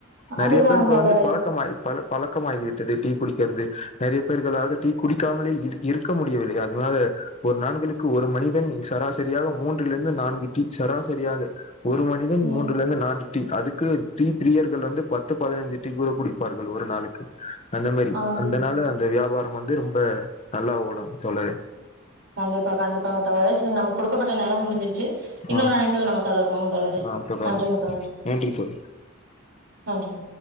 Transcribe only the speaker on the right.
அதுதான்
தோழரே
ம்
அதுதான்
கண்டிப்பா கண்டிப்பாக தோழர் சரி நம்ம கொடுக்கப்பட்ட நேரம் முடிஞ்சிருச்சு இன்னொரு
அமைப்பில் நம்ப தொடர்பும் தொடர்ந்து
நன்றிங்க தோழர்
நன்றி